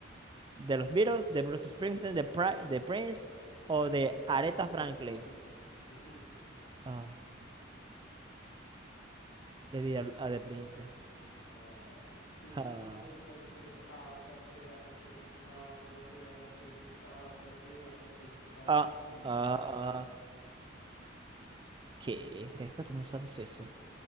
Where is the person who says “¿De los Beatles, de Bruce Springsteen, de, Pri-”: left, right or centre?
Right